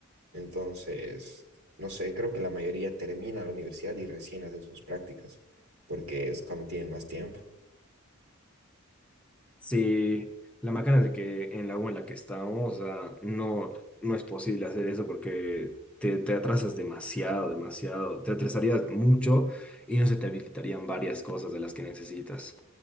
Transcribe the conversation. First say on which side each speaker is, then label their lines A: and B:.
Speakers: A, on the right; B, in the centre.
A: Entonces, no sé, creo que la mayoría termina la universidad y recién hacen sus prácticas, porque es cuando tienen más tiempo.
B: Sí, la macana es de que en la U en la que estamos, o sea, no, no es posible hacer eso porque te, te atrasas demasiado, demasiado, te atrasarías mucho y no se te habilitarían varias cosas de las que necesitas.